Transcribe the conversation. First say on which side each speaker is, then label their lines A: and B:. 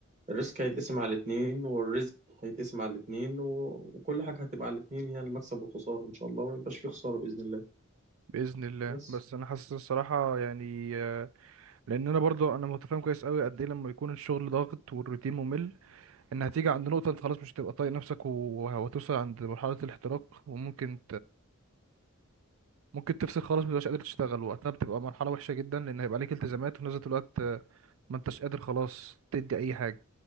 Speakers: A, on the right; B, on the right.
A: الريسك هيتقسم على الاتنين والرزق هيتقسم على الاتنين و... وكل حاجه هتبقى على الاتنين يعني المكسب والخساره ان شاء الله وميبقاش في خساره باذن الله
B: بإذن الله
A: بس
B: بس انا حاسس الصراحة يعني آه، لان انا برضو انا متفاهم كويس قوي قد ايه لما يكون الشغل ضاغط والروتين ممل ان هتيجي عند نقطة انت خلاص مش هتبقى طايق نفسك وه- وهتوصل عند مرحلة الاحتراق وممكن ممكن تفصل خالص مبتبقاش قادر تشتغل وقتها بتبقى مرحلة وحشة جدا لأن هيبقى عليك التزامات وفي نفس الوقت آه، ما انتش قادر خلاص تدي أي حاجة